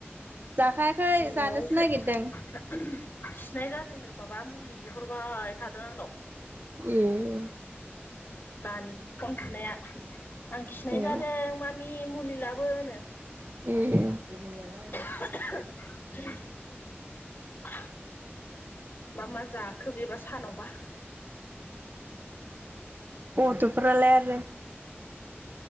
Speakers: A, on the right (about 50°); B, on the left (about 45°).
A: जाखायाखै
B: न'आवसो
A: जानोसो नागिरदों
B: उम खिनाय जादोंनो माबा मुलि बिहरबाय थादों आंनाव।
A: एह
B: दानि फन बुनाया आं खिनाय
A: ए
B: जादों मामि मुलि लाबोनो
A: एह
B: <inaudible> मा मा जाखो बेबा सानावबा?
A: गथ'फ्रालाय आरो